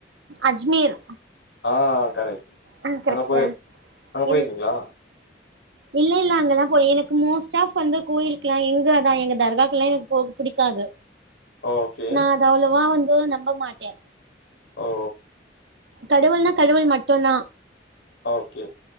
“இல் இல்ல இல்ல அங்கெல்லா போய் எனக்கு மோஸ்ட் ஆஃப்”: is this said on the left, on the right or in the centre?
Right